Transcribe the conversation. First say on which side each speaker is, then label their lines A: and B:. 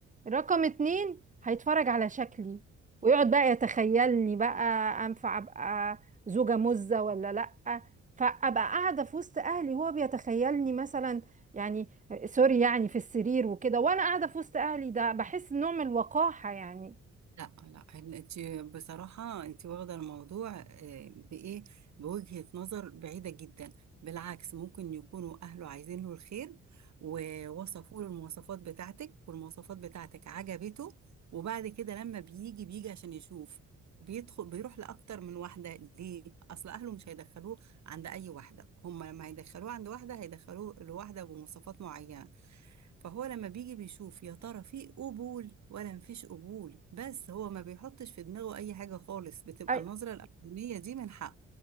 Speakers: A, on the right (about 25°); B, on the right (about 65°).
A: رقم اتنين هيتفرج على شكلي ويقعد بقى يتخيلني بقى أنفع أبقى زوجة مزة ولا لأ فأبقى قاعدة في وسط أهلي هو بيتخيلني مثلا يعني سوري يعني في السرير وكده وأنا قاعدة في وسط أهلي ده بحس نوع من الوقاحة يعني
B: لا لا انت بصراحة انت واخدة الموضوع آه، بإيه بوجهة نظر بعيدة جدا بالعكس ممكن يكونوا أهله عايزين له الخير ووصفوا له المواصفات بتاعتك والمواصفات بتاعتك عجبته وبعد كده لما بيجي بيجي عشان يشوف بيدخل بيروح لأكتر من واحدة ليه أصل أهله مش هيدخلوه عند أي واحدة هم لما هيدخلوه عند واحدة هيدخلوه لواحدة بمواصفات معينة فهو لما بيجي بيشوف يا ترى في قبول ولا مفيش قبول بس هو ما بيحطش في دماغه اي حاجة خالص بتبقى
A: أي-
B: النظرة الاولانية دي من حق